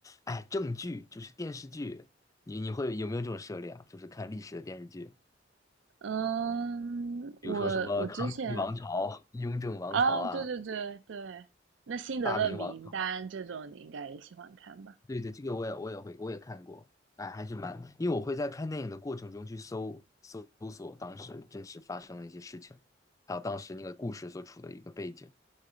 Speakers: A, on the left; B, on the right.
A: 哎，正剧，就是电视剧。你你会有没有这种涉猎啊？就是看历史的电视剧，
B: 嗯，
A: 比如说什么《康熙王朝》《雍正王朝》啊，
B: 我我之前啊，对对对对，那辛德勒名单这种你应该也喜欢看吧？
A: 《大明王朝》对对，这个我也我也会我也看过，哎，还是蛮，因为我会在看电影的过程中去搜搜索当时真实发生的一些事情，还有当时那个故事所处的一个背景，